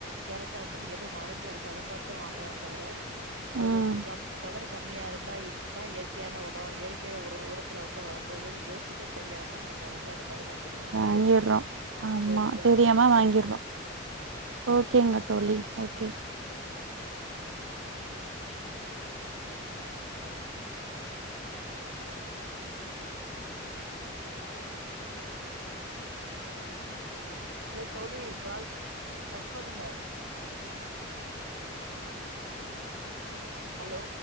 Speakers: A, on the right; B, on the right.
A: கேரட்டா இருந்தாலும் எது ஆரஞ்சா இருக்கு அத பாத்தா வாங்குறாங்க தவர அது
B: ம்
A: கம்மி கலரு கம்மியா இருந்தா இத்தா இயற்கையான உணோ இயற்கையான உர உரத்துல வந்து வளந்ததுனு யோசிக்க தெரியாம நம்ம வந் <unintelligible> அந்த மாரி வாங்கி சாப்டுறோ
B: வாங்கிர்றோ ஆமா
A: தோழி இதுலா
B: தெரியாம வாங்கிற்றா ஓகேங்க தோழி ஓகே
A: ஹலோ தோழி கால் கட் பண்ணுங்க ஹலோ